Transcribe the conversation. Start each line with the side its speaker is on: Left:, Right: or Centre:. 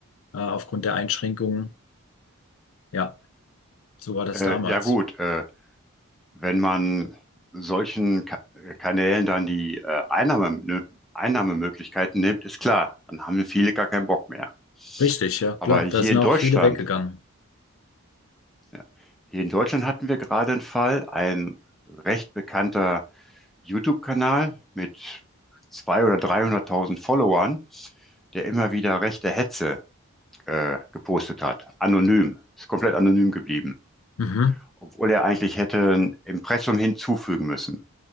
Left: äh, aufgrund der Einschränkungen. Ja, so war das
Centre: äh,
Left: damals.
Centre: ja gut. Äh, wenn man solchen Ka Kanälen dann die äh, Einnahme, ne, Einnahmemöglichkeiten nimmt, ist klar, dann haben ja viele gar keinen Bock mehr.
Left: Richtig, ja, klar.
Centre: Aber hier
Left: Da sind
Centre: in
Left: auch
Centre: Deutschland,
Left: viele weggegangen.
Centre: ja, hier in Deutschland hatten wir gerade einen Fall, ein recht bekannter YouTube-Kanal mit 200.000 oder 300.000 Followern, der immer wieder rechte Hetze äh, gepostet hat, anonym, ist komplett anonym geblieben,
Left: Mhm.
Centre: obwohl er eigentlich hätte ein Impressum hinzufügen müssen.